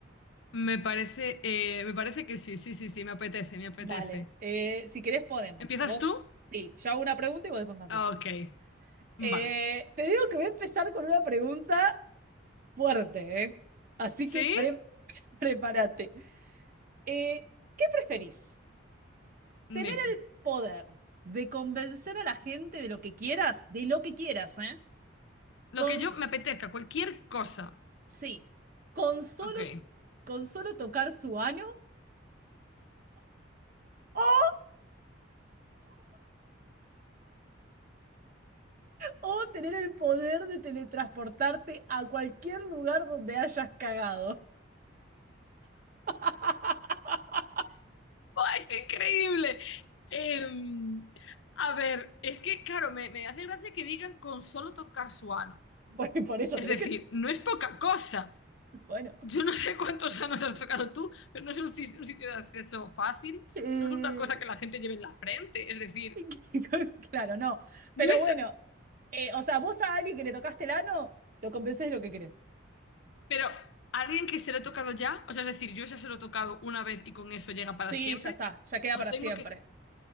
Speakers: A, on the left; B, on the right.
A: Me parece, eh, me parece que sí, sí, sí, sí, me apetece, me apetece.
B: Vale, eh, si querés podemos.
A: ¿Empiezas
B: Vos,
A: tú?
B: sí, yo hago una pregunta y vos después me haces
A: Ok,
B: otra.
A: vale.
B: Eh, te digo que voy a empezar con una pregunta fuerte, ¿eh? Así
A: ¿Sí?
B: que pre- <laughs> prepárate. Eh, ¿qué preferís?
A: Dime.
B: ¿Tener el poder de convencer a la gente de lo que quieras? De lo que quieras, ¿eh?
A: Lo
B: Con,
A: que yo
B: s-
A: me apetezca, cualquier cosa.
B: sí, con solo,
A: Ok.
B: con solo tocar su ano. <laughs> O tener el poder de teletransportarte a cualquier lugar donde hayas cagado. <laughs>
A: ¡Buah, es increíble! Em, a ver, es que, claro, me, me hace gracia que digan con solo tocar su ano.
B: Bueno, por eso
A: Es
B: tenés
A: decir,
B: que.
A: no es poca cosa.
B: Bueno.
A: Yo no sé cuántos anos has tocado tú, pero no es un, sis- un sitio de acceso fácil.
B: Eh,
A: No es una cosa que la gente lleve en la frente. Es decir,
B: <laughs> claro, no.
A: no
B: Pero
A: es...
B: bueno, eh, o sea, vos a alguien que le tocaste el ano, lo convencés de lo que querés.
A: Pero alguien que se lo he tocado ya, o sea, es decir, yo ya se lo he tocado una vez y con eso llega para
B: Sí,
A: siempre,
B: ya está, ya queda
A: o
B: para
A: tengo
B: siempre.
A: que...